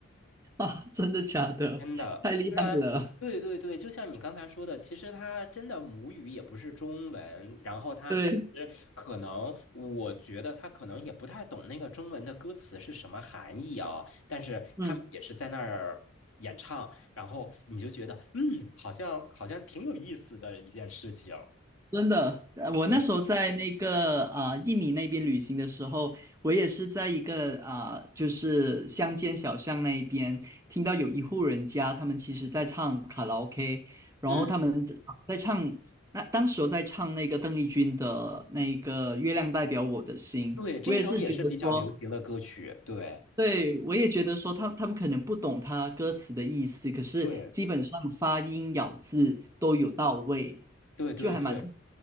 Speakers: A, on the right (about 15°); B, on the left (about 85°).
A: <laughs> 啊，真的假的？
B: 真的，
A: 太厉害了，
B: 虽然对对对，就像你刚才说的，其实他真的母语也不是中文，然后他其实可能，
A: 对，
B: 我觉得他可能也不太懂那个中文的歌词是什么含义啊，但是他们也是在那儿演唱，
A: 嗯。
B: 然后你就觉得，嗯，好像好像挺有意思的一件事情。
A: 真的，呃我那时候在那个啊、
B: 对，
A: 呃印尼那边旅行的时候，我也是在一个啊、呃就是乡间小巷那一边，听到有一户人家，他们其实在唱卡拉 OK，然后他们在在唱，
B: 嗯，
A: 那当时我在唱那个邓丽君的那个《月亮代表我的心》，
B: 对，这首也是比较流行的歌曲，
A: 我也是觉得说，
B: 对，
A: 对，我也觉得说他他们可能不懂他歌词的意思，可是基本上发音咬字都有到位，
B: 对，对对对，
A: 就还蛮特